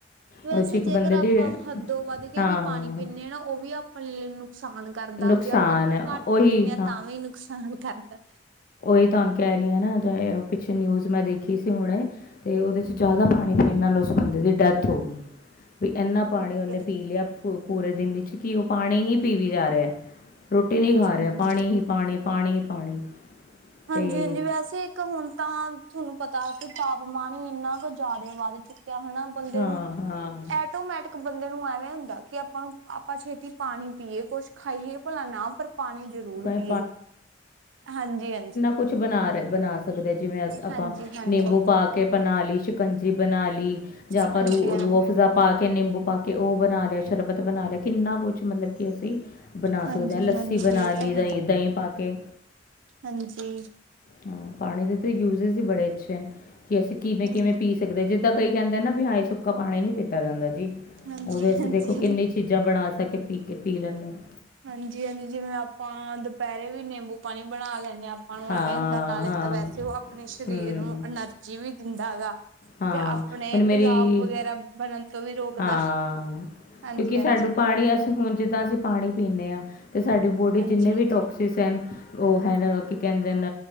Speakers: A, on the right; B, on the left.
A: ਵੈਸੇ
B: ਉਹਦੇ 'ਚ ਇੱਕ
A: ਜੇਕਰ
B: ਬੰਦੇ
A: ਆਪਾ
B: ਦੀ
A: ਹੱਦੋ ਵੱਧ ਕੇ
B: ਹਾਂ
A: ਵੀ ਪਾਣੀ ਪੀਨੇ ਹਾ ਨਾ ਉਹ ਵੀ ਆਪ ਪਹਲੇ ਨੁਕਸਾਨ ਕਰਦਾ
B: ਨੁਕਸਾਨ
A: ਜੇ ਆਪਾ
B: ਹੈ
A: ਘੱਟ
B: ਉਹੀ
A: ਪੀਨੇ ਹਾ ਤਾ ਵੀ ਨੁਕਸਾਨ ਕਰਦਾ।
B: ਕਿ ਤੁਹਾਨੂੰ ਕਹਿ ਰਹੀ ਹ ਨਾ ਪਿੱਛੇ ਨਿਊਜ਼ ਮੈਂ ਦੇਖੀ ਸੀ ਹੁਣੇ ਤੇ ਉਹਦੇ ਚ ਜਾਦਾ ਪਾਣੀ ਪੀਣ ਨਾਲ ਉਸ ਬੰਦੇ ਦੀ ਡੈਥ ਹੋ ਗਈ। ਵੀ ਇਨਾ
A: ਠੀਕ
B: ਪਾਣੀ ਉਹਨੇ
A: ਹੈ
B: ਪੀ ਲਿਆ ਪੂਰੇ ਦਿਨ ਵਿੱਚ ਕਿ ਉਹ ਪਾਣੀ ਹੀ ਪੀਵੀ ਜਾ ਰਿਹਾ। ਰੋਟੀ ਨੀ
A: ਹਾਂਜੀ
B: ਖਾ ਰਿਹਾ
A: ਹਾਂਜੀ
B: ਪਾਣੀ ਹੀ ਪਾਣੀ, ਪਾਣੀ ਹੀ ਪਾਣੀ। ਅਤੇ
A: ਹਾਂਜੀ-ਹਾਂਜੀ ਵੈਸੇ ਇੱਕ ਹੁਣ ਤਾਂ ਤੁਹਾਨੂੰ ਪਤਾ ਕਿ ਤਾਪਮਾਨ ਹੀ ਇੰਨਾ ਕੁ ਜਾਦਾ ਹੀ ਵੱਧ ਚੁੱਕਿਆ ਹਨਾ। ਬੰਦੇ
B: ਹਾਂ
A: ਨੂੰ
B: ਹਾਂ
A: ਐਟੋਮੈਟਿਕ ਇੱਕ ਬੰਦੇ ਨੂੰ ਐਵੇਂ ਹੁੰਦਾ ਕਿ ਆਪਾ ਨੂੰ ਆਪਾ ਛੇਤੀ ਪਾਣੀ ਪੀਏ ਕੁੱਛ ਖਾਈਏ ਭਲਾ ਨਾ ਪਰ ਪਾਣੀ ਜ਼ਰੂਰ
B: ਭਾਵੇਂ
A: ਪੀਏ ਹਾਂਜੀ-ਹਾਂਜੀ।
B: ਕੁਛ ਬਣਾ ਰਹੇ ਬਣਾ ਸਕਦੇ ਜਿਵੇਂ ਆਪਾ
A: ਹਾਂਜੀ ਹਾਂਜੀ
B: ਨਿੰਬੂ ਪਾ ਕੇ ਬਣਾ ਲੀ ਸ਼ਿਕੰਜੀ ਬਣਾ ਲੀ ਜਾਂ ਆਪਾਂ
A: ਹਾਂਜੀ
B: ਰੂਹ
A: ਹਾਂਜੀ
B: ਰੂਹਆਫ ਜ਼ਾ ਪਾ ਕੇ ਨਿੰਬੂ ਪਾ ਕੇ ਉਹ ਬਣਾ ਲਿਆ, ਸ਼ਰਬਤ ਬਣਾ ਲਿਆ, ਕਿੰਨਾ ਕੁਛ ਮਤਲਬ ਕਿ ਅਸੀਂ ਬਣਾ
A: ਹਾਂਜੀ
B: ਸਕਦੇ ਹਾ ਲੱਸੀ
A: ਹਾਂਜੀ
B: ਬਣਾ
A: ਇਹ
B: ਲਈ
A: ਤਾਂ
B: ਦਹੀ,
A: ਹੈ
B: ਦਹੀ ਪਾ ਕੇ
A: ਹਾਂਜੀ
B: ਹਾ, ਪਾਣੀ ਦੇ ਤੇ ਯੂਜੇਜ਼ ਹੀ ਬੜੇ ਅੱਛੇ ਨੇ ਕਿ ਅਸੀ ਕਿਵੇ-ਕਿਵੇ
A: ਹਾਂ
B: ਪੀ ਸਕਦੇ ਆ ਜਿੱਦਾ ਕਈ ਕਹਿੰਦੇ ਨਾ ਵੀ ਹਾਏ ਸੁੱਕਾ ਪਾਣੀ ਨੀ ਪੀਤਾ ਜਾਂਦਾ ਜੀ
A: ਹਾਂਜੀ
B: ਉਹਦੇ ਅਸੀ
A: ਹਾਂਜੀ
B: ਦੇਖੋ ਕਿੰਨੀ ਚੀਜ ਜ਼ਾ ਬਣਾ ਸਕੇ ਪੀ ਕੇ ਪੀ ਲੈਨੇ ਆ।
A: ਹਾਂਜੀ-ਹਾਂਜੀ ਜਿਵੇਂ ਆਪ ਪਾ ਦੁਪਹਿਰੇ ਵੀ ਨਿੰਬੂ ਪਾਣੀ ਬਣਾ ਲੈਂਣੇੇ ਹਾ ਆਪਾ ਨੂੰ
B: ਹਾਂ
A: ਐਵੇਂ ਹੁੰਦਾ ਨਾਲੇ
B: ਹਾਂ
A: ਵੈਸੇ ਉਹ ਆਪਣੇ ਸ਼ਰੀਰ
B: ਹੂੰ
A: ਨੂੰ ਐਨਰਜੀ ਵੀ ਦਿੰਦਾ ਹੈਗਾ।
B: ਹਾਂ,
A: ਤੇ ਆਪਣੇ
B: ਹੁਣ ਮੇਰੀ
A: ਤੇਜ਼ਾਬ ਵਗੈਰਾ ਬਣਨ ਤੋ ਵੀ ਰੋਕਦਾ।
B: ਹਾਂ,
A: ਹਾਂਜੀ
B: ਕਿਉਂਕਿ ਸਾਨੂੰ
A: ਹਾਂਜੀ
B: ਪਾਣੀ ਅਸੀ ਹੁਣ ਜਿੱਦਾ ਅਸੀ ਪਾਣੀ ਪੀਨੇ ਹਾ ਤੇ ਸਾਡੀ ਬੋਡੀ
A: ਹਾਂਜੀ
B: ਜਿੰਨੇ ਵੀ ਟੋਕਸ ਕਸਿਸ ਹੈਨ ਉਹ ਹੈਨ ਕੀ ਕਹਿੰਦੇ ਨ